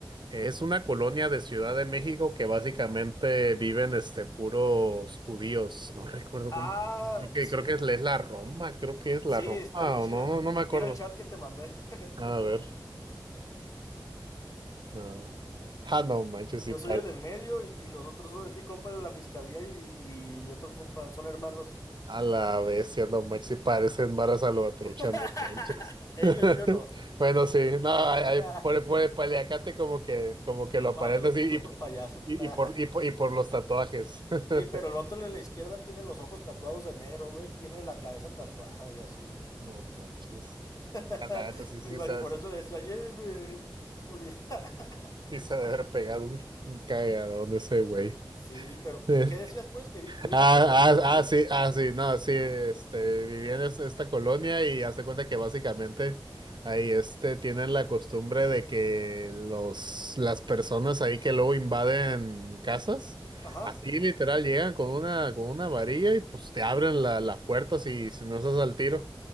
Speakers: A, on the right (about 70°); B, on the left (about 45°).
A: es una colonia de Ciudad de México que básicamente viven este puros judíos. No recuerdo
B: Ah,
A: cómo, creo que,
B: sí.
A: creo que es, es la Roma, creo que es la
B: Sí,
A: Roma
B: está bien chida.
A: o no, no
B: Mi-
A: me acuerdo.
B: Mira el chat que te mandé. <laughs>
A: A ver. Ah, no manches, si
B: Yo
A: parece.
B: soy el del medio y, y los otros son- es mi compa de la fiscalía y, y mi otro compa, son hermanos.
A: A la bestia, no manches, si parecen varas a lo trucha,
B: <laughs>
A: no manches.
B: Ellos,
A: <laughs>
B: yo no. <laughs>
A: Bueno, sí, no, hay, hay-
B: Ah,
A: por, por el paliacate como que, como que
B: Nomás
A: lo aparenta
B: me lo
A: así,
B: puse por payaso.
A: y, y,
B: <laughs>
A: y por, y, por, y por los tatuajes. <laughs>
B: Sí, pero el otro de la izquierda tiene los ojos tatuados de negro, güey, y tiene la cabeza tatuada y así.
A: No manches.
B: <laughs>
A: A la neta, sí, sí,
B: Imagi-
A: se ha-
B: Por
A: sí,
B: eso le decía, llévenme. poli-". <laughs>
A: se ha de haber pegado un, un cagadón ese güey.
B: Sí, pero
A: <laughs>
B: ¿y qué decías pues? ¿Que vi- vive
A: Ah,
B: en la colonia de los judíos?
A: ah, ah, sí, ah, sí, no, sí, este, viví en es- esta colonia y hazte cuenta que básicamente ahí, este, tienen la costumbre de que los, las personas ahí que luego invaden casas,
B: Ajá.
A: así literal llegan con una, con una varilla y pues te abren la, la puerta si, si no estás al tiro.